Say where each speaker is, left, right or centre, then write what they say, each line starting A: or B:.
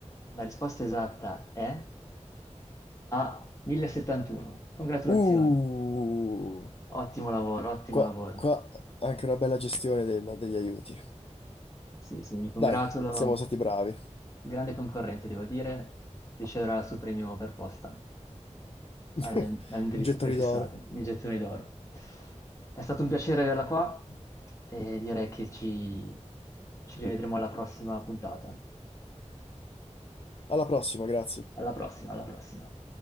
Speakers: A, on the left; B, on the left.
A: La risposta esatta è A 1071. Congratulazioni.
B: Uh,
A: Ottimo lavoro, ottimo
B: qua,
A: lavoro.
B: qua anche una bella gestione del- degli aiuti.
A: Sì, sì, mi congratulo.
B: Dai, siamo stati bravi.
A: Grande concorrente, devo dire, riceverà il suo premio per posta.
B: <laughs>
A: alle- all'indirizzo
B: Iniettoni
A: prefissato,
B: d'oro.
A: l'iniezione d'oro. È stato un piacere averla qua e direi che ci ci rivedremo alla prossima puntata.
B: Alla prossima, grazie.
A: Alla prossima, alla prossima.